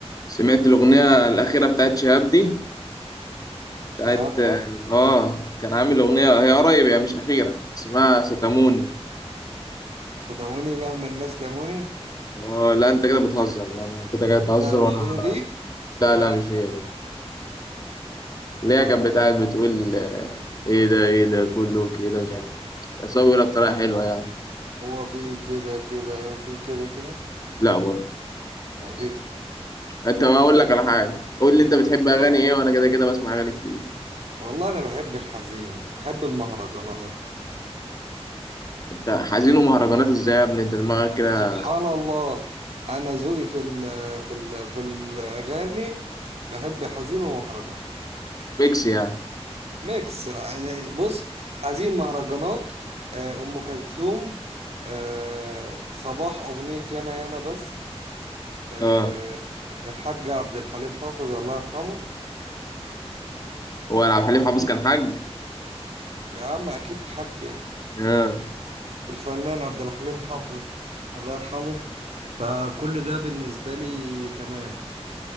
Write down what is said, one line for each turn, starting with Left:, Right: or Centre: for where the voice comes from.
Left: سمعت الأغنية الأخيرة بتاعت شهاب دي بتاعت
Right: شهاب
Left: اه آه كان عامل أغنية هي قريب هي مش أخيرة اسمها ستاموني
Right: صدقوني مهما الناس لموني
Left: آه لا أنت كده بتهزر أنا كده جاي أتهزر
Right: لا مش
Left: وأنا
Right: هي دي
Left: لا لا مش هي دي
Right: يا
Left: اللي
Right: جدع
Left: هي كانت بتاعت بتقول آه، إيه ده إيه ده كله كده مش عارف إيه. بس هو بيقولها بطريقة حلوة يعني
Right: هو في كده كده هو في كده كده
Left: لا برضه
Right: هو ايه ده؟
Left: أنت ما أقول لك على حاجة قول لي أنت بتحب
Right: قول.
Left: أغاني إيه وأنا كده كده بسمع أغاني كتير
Right: والله انا بحب الحزين بحب المهرجانات
Left: أنت حزين ومهرجانات إزاي يا ابني أنت دماغك كده
Right: سبحان الله انا ذوقي في ال في ال في الاغاني بحب حزين ومهرجانات
Left: ميكس يعني
Right: ميكس يعني بص حزين مهرجانات آه، ام كلثوم آه، صباح اغنية يانا يانا بس آه،
Left: آه
Right: الحاج عبد الحليم حافظ الله يرحمه
Left: هو عبد الحليم حافظ كان حاج
Right: يا عم اكيد حاج يعني
Left: آه
Right: الفنان عبد الحليم حافظ الله يرحمه فكل ده بالنسبة لي تمام